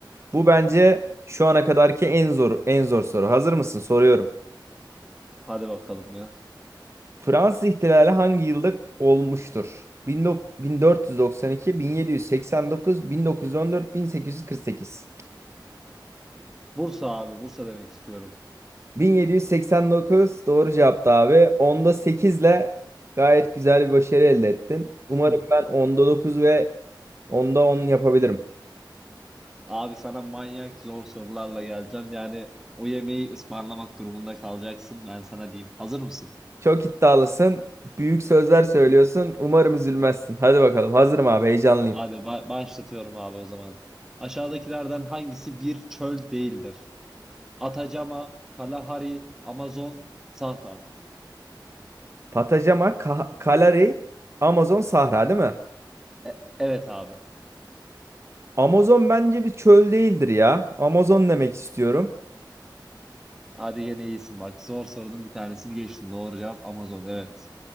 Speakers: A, on the right; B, in the centre.
A: Bu bence şu ana kadarki en zor en zor soru. Hazır mısın? Soruyorum.
B: Hadi bakalım ya.
A: Fransız ihtilali hangi yılda olmuştur? 1492, 1789, 1914, 1848.
B: Bursa abi Bursa demek istiyorum.
A: 1789 doğru cevaptı abi. Onda 8 ile gayet güzel bir başarı elde ettin. Umarım
B: <clears throat>
A: ben onda 9 ve onda 10 yapabilirim.
B: Abi sana manyak zor sorularla geleceğim. Yani o yemeği ısmarlamak durumunda kalacaksın. Ben sana diyeyim. Hazır mısın?
A: Çok iddialısın. Büyük sözler söylüyorsun. Umarım üzülmezsin. Hadi bakalım. Hazırım abi. Heyecanlıyım.
B: Hadi ba- başlatıyorum abi o zaman. Aşağıdakilerden hangisi bir çöl değildir? Atacama, Kalahari, Amazon, Sahra.
A: Patajama, Ka- Kalari, Amazon Sahra değil mi?
B: E- evet abi.
A: Amazon bence bir çöl değildir ya. Amazon demek istiyorum.
B: Hadi yine iyisin bak. Zor sorunun bir tanesini geçtin. Doğru cevap Amazon. Evet.